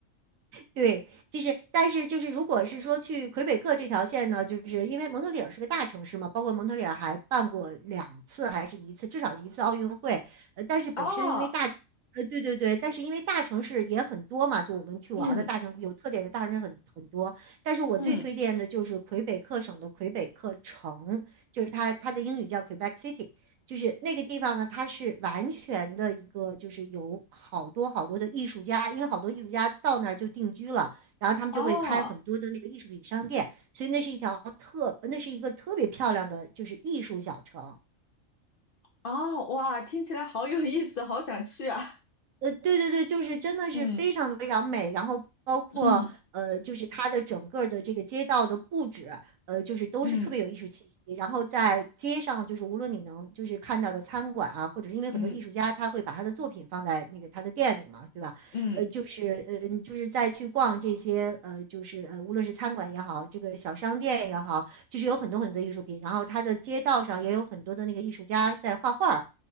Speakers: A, on the right; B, on the left.
A: 对，就是，但是就是，如果是说去魁北克这条线呢，就是因为蒙特利尔是个大城市嘛，包括蒙特利尔还办过两次还是一次，至少一次奥运会。呃，但是本身因为大，
B: 哦
A: 呃，对对对，但是因为大城市也很多嘛，就我们去玩儿的大城有特点的大城市很很多。
B: 嗯
A: 但是我最推荐的就是魁北克省的魁北克城，
B: 嗯
A: 就是它它的英语叫 Quebec City。就是那个地方呢，它是完全的一个，就是有好多好多的艺术家，因为好多艺术家到那儿就定居了，然后他们就会开很多的那个艺术品商店，
B: 哦
A: 所以那是一条特，那是一个特别漂亮的，就是艺术小城。
B: 哦，哇，听起来好有意思，好想去啊！
A: 呃，对对对，就是真的是非常非常美，
B: 嗯
A: 然后包括呃，
B: 嗯
A: 就是它的整个的这个街道的布置，呃，就是都是特别有艺术气息。
B: 嗯
A: 然后在街上，就是无论你能就是看到的餐馆啊，或者是因为很多艺术家他会把他的作品放在那个他的店里嘛，
B: 嗯
A: 对吧？
B: 嗯
A: 呃，就是呃，你就是再去逛这些呃，就是呃，无论是餐馆也好，这个小商店也好，就是有很多很多的艺术品。然后它的街道上也有很多的那个艺术家在画画。